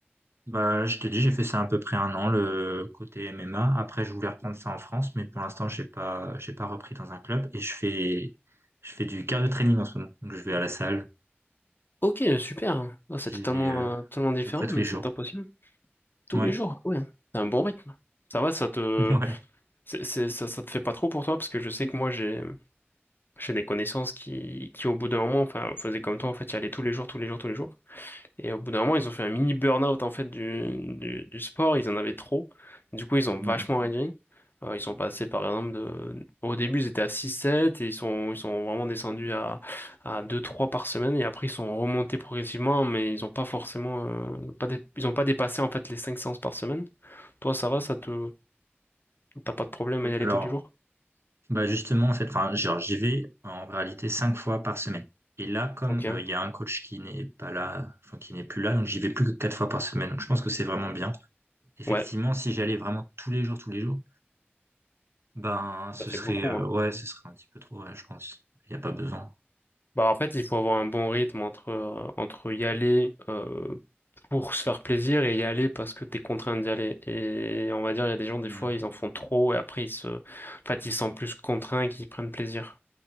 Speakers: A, on the right (about 70°); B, on the left (about 50°).
A: Bah, je t'ai dit, j'ai fait ça à peu près un an, le côté MMA. Après, je voulais reprendre ça en France, mais pour l'instant, j'ai pas, j'ai pas repris dans un club. Et je fais, je fais du cardio training en ce moment. Donc, je vais à la salle.
B: Ok, super. Ah, c'est
A: J'y
B: totalement,
A: vais, euh, à
B: euh, totalement différent,
A: peu près tous
B: mais
A: les jours.
B: c'est top aussi. Tous
A: Ouais.
B: les jours, ouais. C'est un bon rythme. Ça va, ça te...
A: <laughs> Ouais.
B: c'est, c'est- ça, ça te fait pas trop pour toi, parce que je sais que moi, j'ai... J'ai des connaissances qui, qui, au bout d'un moment, enfin, faisaient comme toi, en fait, y allaient tous les jours, tous les jours, tous les jours. Et au bout d'un moment, ils ont fait un mini burn-out en fait du, du, du sport. Ils en avaient trop. Du coup, ils ont
A: Mhm.
B: vachement réduit. Euh, ils sont passés par exemple de... Au début, ils étaient à six sept et ils sont, ils sont vraiment descendus à, à deux trois par semaine. Et après, ils sont remontés progressivement, mais ils ont pas forcément... euh, pas dé- Ils ont pas dépassé en fait les 5 séances par semaine. Toi, ça va, ça te... T'as pas de problème à y aller
A: Alors,
B: tous les jours?
A: bah, justement, en fait, enfin, genre, j'y vais en réalité cinq fois par semaine. Et là, comme
B: Ok,
A: euh, il y a un coach qui n'est pas là, enfin, qui n'est plus là, donc j'y vais plus que quatre fois par semaine. Donc, je pense que c'est vraiment bien. Effectivement,
B: ouais,
A: si j'allais vraiment tous les jours, tous les jours, Ben, ce
B: ça fait
A: serait,
B: beaucoup,
A: euh,
B: hein.
A: ouais, ce serait un petit peu trop, ouais, je pense. Il n'y a pas besoin.
B: Bah en fait, il faut avoir un bon rythme entre euh, entre y aller. euh, pour se faire plaisir et y aller parce que t'es contraint d'y aller. Et on va dire, il y a des gens, des
A: Mm.
B: fois, ils en font trop et après, ils se, en fait, ils se sentent plus contraints qu'ils prennent plaisir.